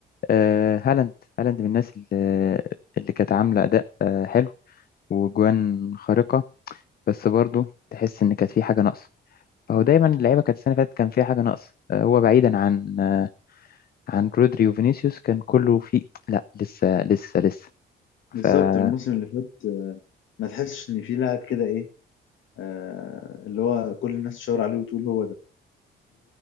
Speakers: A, on the left; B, on the left.
A: آه، هالاند هالاند من الناس اللي اللي كانت عاملة أداء آه، حلو وجوان خارقة بس برضه تحس إن كانت في حاجة ناقصة فهو دايما اللعيبة كانت السنة اللي فاتت كان فيها حاجة ناقصة آه، هو بعيدا عن آه، عن رودري وفينيسيوس كان كله في لا لسه لسه لسه
B: بالظبط
A: فبالظبط
B: الموسم اللي فات ما تحسش ان في لاعب كده ايه آه اللي هو كل الناس تشاور عليه وتقول هو ده